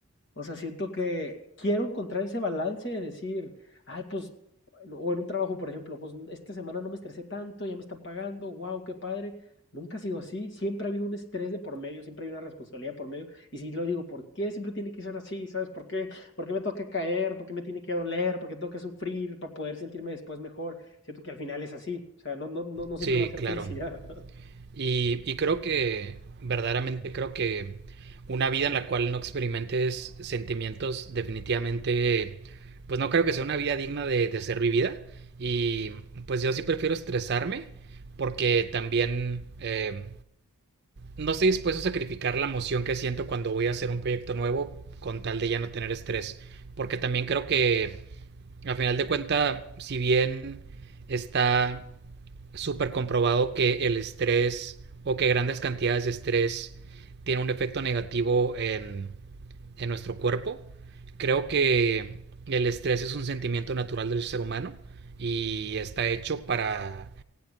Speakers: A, on the left; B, on the right.
A: O sea, siento que quiero encontrar ese balance de decir, ay, pues, bueno, o en un trabajo, por ejemplo, pues esta semana no me estresé tanto, ya me están pagando, wow, qué padre. Nunca ha sido así, siempre ha habido un estrés de por medio, siempre hay una responsabilidad por medio. Y si lo digo, ¿por qué siempre tiene que ser así? ¿Sabes por qué? ¿Por qué me toca caer? ¿Por qué me tiene que doler? ¿Por qué tengo que sufrir para poder sentirme después mejor? Siento que al final es así, o sea, no, no, no, no siempre
B: Sí,
A: va a ser
B: claro.
A: felicidad. <laughs>
B: Y, y creo que, verdaderamente creo que una vida en la cual no experimentes sentimientos definitivamente, pues no creo que sea una vida digna de, de ser vivida. Y pues yo sí prefiero estresarme porque también... eh, no estoy dispuesto a sacrificar la emoción que siento cuando voy a hacer un proyecto nuevo con tal de ya no tener estrés. Porque también creo que, a final de cuentas, si bien está súper comprobado que el estrés o que grandes cantidades de estrés tiene un efecto negativo en, en nuestro cuerpo, creo que el estrés es un sentimiento natural del ser humano y está hecho para